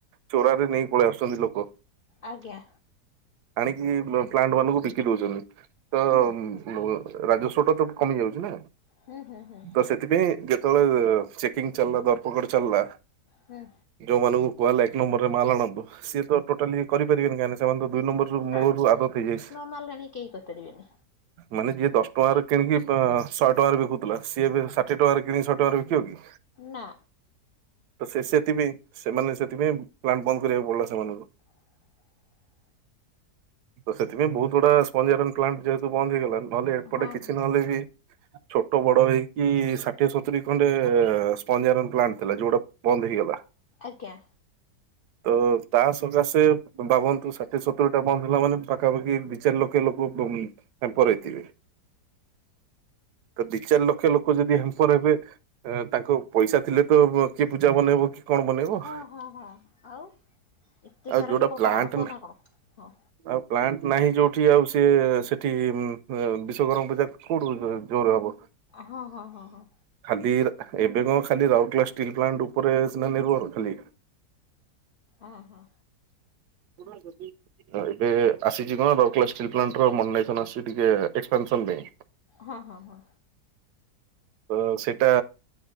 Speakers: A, on the right; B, on the left.
A: ଚୋରାରେ ନେଇକି ପଳେଇ ଆସୁଛନ୍ତି ଲୋକ।
B: ଆଜ୍ଞା।
A: କି ପ୍ଲାଣ୍ଟ ମାନଙ୍କୁ ବିକି ଦଉଚନ୍ତି ତ
B: ହୁଁ।
A: ରାଜସ୍ୱ ଟା ତ କମି ଯାଉଛି ନା।
B: ହୁଁ ହୁଁ ହୁଁ।
A: ତ ସେଥିପାଇଁ ଯେତେବେଳେ ଚେକିଂ ଚାଲିଲା ଧରପଗଡ଼ ଚାଲିଲା।
B: ହୁଁ
A: ଯୋଉମାନଙ୍କୁ କୁହାହେଲେ ଏକ ନମ୍ବରରେ ମାଲ ଆଣନ୍ତୁ ସିଏ ତ ଟୋଟାଲି କରି ପାରିବେନି କାହିଁକି ନା ସେମାନେ ତ ଦୁଇ ନମ୍ବର
B: ନା
A: ମୂଳରୁୁ ଆଦତ୍ ହେଇଯାଇଛି।
B: ନ ମାରିଲାଣି କେହି କରିପାରିବେନି।
A: ମାନେ ଯିଏ ଦଶ ଟଙ୍କାରେ କିଣିକି ଶହେ ଟଙ୍କାରେ ବିକୁଥିଲା ସିଏ ଏବେ ଷାଠି ଟଙ୍କାରେ କିଣିକି ଶହେ ଟଙ୍କାରେ ବିକିବ କି?
B: ନା।
A: ତ ସେ ସେଥିପାଇଁ ସେମାନେ ସେଥିପାଇଁ ପ୍ଲାଣ୍ଟ ବନ୍ଦ କରିବାକୁ ପଡିଲା ସେମାନଙ୍କୁ।
B: <inaudible>
A: ବ ସେଥି ପାଇଁ ବହୁତ। ଗୁଡ଼ା ସ୍ପଞ୍ଜାରନ୍ ପ୍ଲାଣ୍ଟ ଯେହେତୁ ବନ୍ଦ ହେଇଗଲା ନହେଲେ ଏପଟେ
B: ହଁ
A: କିଛି
B: ହଁ
A: ନହେଲେ ବି ଛୋଟ ବଡ଼ ହେଇକି ଷାଠିଏ ସତୁରି ଖଣ୍ଡେ ସ୍ପ୍ଜର ପ୍ଲାଣ୍ଟ ଥିଲା ଯୋଉଟା ବନ୍ଦ ହେଇଗଲା।
B: ଆଜ୍ଞା।
A: ତ ତା ସକାଶେ ବାବନ୍ତୁ ଷାଠିଏ ସତୁରଟା ବନ୍ଦ ହେଲା ମାନେ ପାଖାପାଖି ସେ ଲୋକେ ଲୋକ <unintelligible> ତ ଦି ଚାରି ଲକ୍ଷ ଲୋକ ଯଦି ହେଲପର୍ ହେବେ। ତାଙ୍କ ପଇସା ଥିଲେ ତ କିଏ ପୂଜା ବନେଇବ କି କଣ ବନେଇବ?
B: ହଁ ହଁ ହଁ ଆଉ ଏତେ
A: ଆଉ
B: ସାରା
A: ଯୋଉଟା
B: ଲୋକ
A: ପ୍ଲାଣ୍ଟ
B: କଣ କୁହନା କଣ ହଁ।
A: ଆଉ ପ୍ଲାଣ୍ଟ ନାହିଁ ଯୋଉ ଠି ଆଉ ସିଏ ସେଠି ଉ ବିଶ୍ଵକର୍ମା ପୂଜା କୋଉଠୁ ଜୋରରେ ହବ।
B: ହଁ ହଁ ହଁ ହଁ।
A: ଖାଲି ଏବେ କଣ ଖାଲି ରାଉରକେଲା ଷ୍ଟିଲ୍ ପ୍ଲାଣ୍ଟ ଉପରେ ସେମାନେ <unintelligible>
B: ଆ ହା।
A: <unintelligible> ଏବେ ଆସିଛି କଣ ରାଉରକେଲା ଷ୍ଟିଲ୍ ପ୍ଲାଣ୍ଟ ର <unintelligible> ଟିକେ ଏକ୍ପପାନସନ୍ ପାଇଁ।
B: ହଁ ହଁ ହଁ।
A: ତ ସେଇଟା